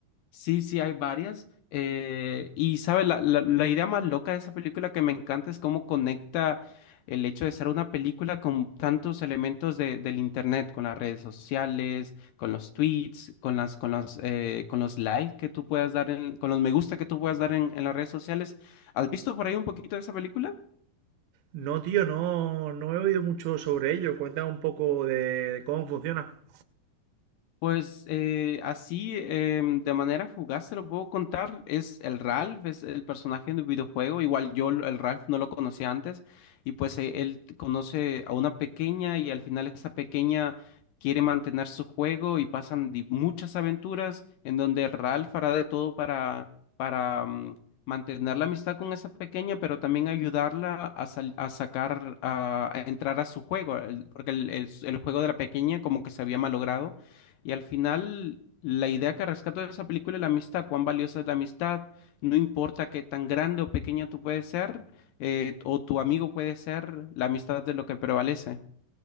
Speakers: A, on the left; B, on the right.
A: Sí, sí, hay varias. eh, y, ¿sabes? La, la, la idea más loca de esa película que me encanta es cómo conecta el hecho de ser una película con tantos elementos de, del internet, con las redes sociales, con los tweets, con las, con las, eh, con los likes que tú puedas dar, en- con los me gusta que tú puedas dar en, en las redes sociales. ¿Has visto por ahí un poquito de esa película?
B: No, tío, no, no he oído mucho sobre ello. Cuéntame un poco de cómo funciona.
A: Pues eh, así, em, de manera fugaz, se lo puedo contar. Es el Ralph, es el personaje del videojuego. Igual yo el Ralph no lo conocía antes. Y pues eh, él conoce a una pequeña y al final esa pequeña quiere mantener su juego y pasan di- muchas aventuras en donde Ralph hará de todo para, para mm, mantener la amistad con esa pequeña, pero también ayudarla a, sal- a sacar, a, a entrar a su juego. el- Porque el el- el juego de la pequeña como que se había malogrado. Y al final, la idea que rescato de esa película es la amistad, cuán valiosa es la amistad, no importa qué tan grande o pequeña tú puedes ser, eh, o tu amigo puede ser, la amistad es lo que prevalece.